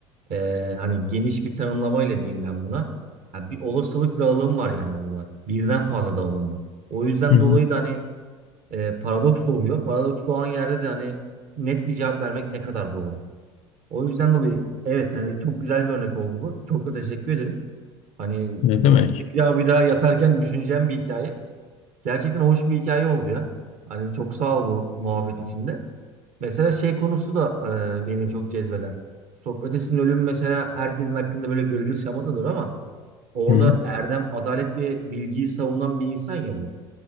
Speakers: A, on the right (about 55°); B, on the left (about 50°).
A: e, hani geniş bir tanımlamayla diyeyim ben buna. Ha, bir olasılık dağılımı var yani burada. Birden fazla dağılım var. O yüzden
B: Hı hı.
A: dolayı da hani e, paradoks doğuyor. Paradoks doğan yerde de hani net bir cevap vermek ne kadar doğru? O yüzden dolayı evet hani çok güzel bir örnek oldu bu. Çok da teşekkür ederim. Hani
B: Ne demek?
A: üstüne bir daha bir daha yatarken düşüneceğim bir hikaye. Gerçekten hoş bir hikaye oldu ya. Hani çok sağ ol bu muhabbet içinde. Mesela şey konusu da e, beni çok cezbeder. Sokrates'in ölümü mesela herkesin hakkında böyle gırgır şamatadır ama orada
B: Hı hı.
A: erdem, adalet ve bilgiyi savunan bir insan ya bu.